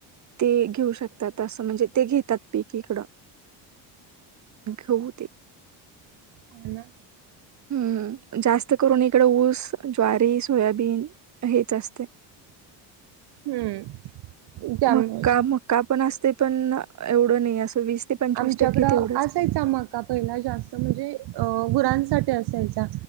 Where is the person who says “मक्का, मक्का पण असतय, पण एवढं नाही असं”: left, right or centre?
Right